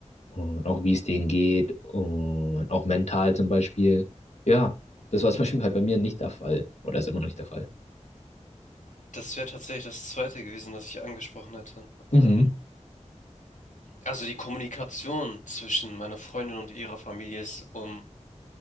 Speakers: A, on the left; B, on the left.
A: und auch wie es denen geht und auch mental zum Beispiel. Ja, das war zum Beispiel halt bei mir nicht der Fall oder ist immer noch nicht der Fall.
B: Das wäre tatsächlich das Zweite gewesen, das ich angesprochen hätte.
A: Mhm.
B: Ähm,
A: <laughs>
B: also die Kommunikation zwischen meiner Freundin und ihrer Familie ist um